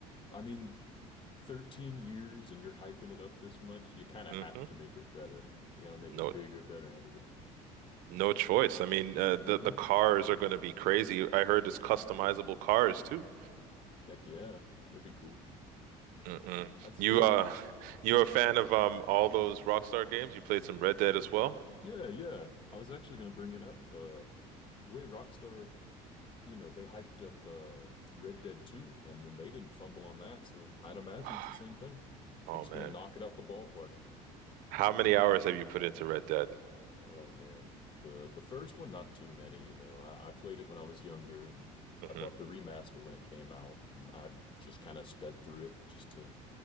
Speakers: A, on the left (about 35°); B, on the right (about 70°).
A: I mean, 13 years and you're hyping it up this much, you kind of
B: hmm
A: have to make it better. You gotta make
B: No,
A: it bigger, better in every way.
B: no choice. I mean, uh, the
A: Mm-hmm.
B: the cars are going to be crazy. I heard it's customizable
A: Oh, yeah.
B: cars too.
A: Heck yeah. That'd be cool.
B: Mm-mm.
A: I'd say,
B: You uh
A: uh,
B: <laughs> you're a fan of um all those Rockstar games? You played some Red Dead as well?
A: uh, yeah, yeah. I was actually gonna bring it up. Uh, the way Rockstar, you know, they hyped up uh, Red Dead 2 and then they didn't fumble on that, so I'd imagine
B: <sighs>
A: it's the same thing.
B: Oh
A: They're just
B: man.
A: gonna knock it out the ballpark.
B: How many hours have you put into Red Dead?
A: Oh man, the the first one, not too many, you know. I, I played it when I was younger, and
B: hmm
A: I bought the remaster when it came out, and I just kind of sped through it just to,